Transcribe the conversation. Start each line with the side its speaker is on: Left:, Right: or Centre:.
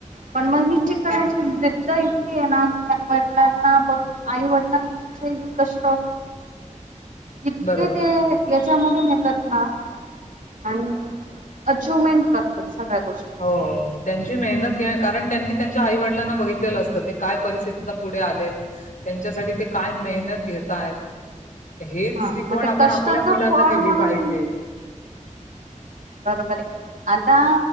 Right: पण म ही ण्या ज इतकी आहे ना की वडलांना बस आई वडिलांचे हे कष्ट इतके
Left: बरोबर
Right: ते चांगले म्हणतात ना हा अचूमेंट करतात. सगळ्या गोष्टींची
Left: हो त्यांची मेहनत घ्या कारण त्यांनी त्यांच्या आई वडिलांना बघितलेलं असतं ते काय परिस्थिती पुढे आले त्यांच्यासाठी ते काय मेहनत घेता आहेत. हेच
Right: हा
Left: शिकवण
Right: मग ते
Left: आपण
Right: कष्टाचं
Left: आपल्या मुलांना
Right: फळ
Left: दिली
Right: म्हणून
Left: पाहिजे.
Right: बरोबर आहे आता